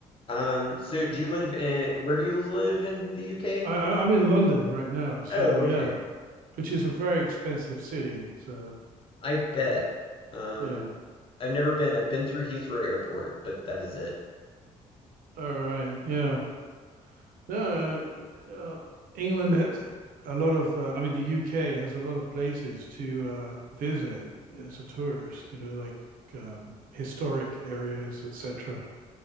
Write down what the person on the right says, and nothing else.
I, I, I'm in London right now, so
yeah,
which is a very expensive city. So
yeah,
yeah,
all right, yeah. No, uh, uh, England has a lot of. Uh, I mean, the UK has a lot of places to uh, visit as a tourist. You know, like um, historic areas, etc.